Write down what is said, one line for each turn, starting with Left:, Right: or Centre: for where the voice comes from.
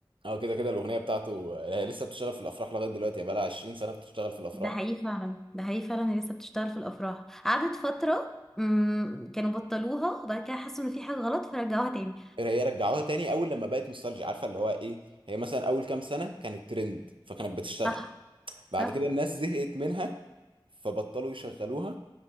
Right: اه كده كده الاغنيه بتاعته هي لسه بتشتغل في الافراح لغايه دلوقتي هي بقالها 20 سنه بتشتغل في الافراح
Centre: ده حقيقي فعلا ده حقيقي فعلا هي لسه بتشتغل في الأفراح قعدت فترة مم، كانوا بطلوها وبعد كده حسوا إن في حاجة غلط فرجعوها تاني
Right: إيه، هي رجعوها تاني اول لما بقت نوستالجيا عارفه اللي هو ايه هي مثلا اول كام سنه كانت ترند فكانت بتشتغل
Centre: صح
Right: بعد
Centre: صح
Right: كده الناس زهقت منها فبطلوا يشغلوها